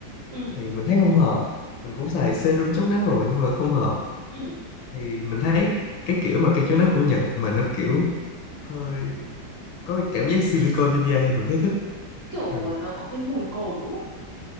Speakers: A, on the right; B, on the left.
A: Ừ.
B: thì mình thấy không hợp mình cũng xài serum chống nắng rồi nhưng mà không hợp
A: Ừ.
B: thì mình thấy cái kiểu mà kem chống nắng của Nhật mà nó kiểu hơi có cái cảm giác silicone trên da thì mình thấy thích
A: Kiểu
B: ừ.
A: nó có cái mùi cồn đúng không?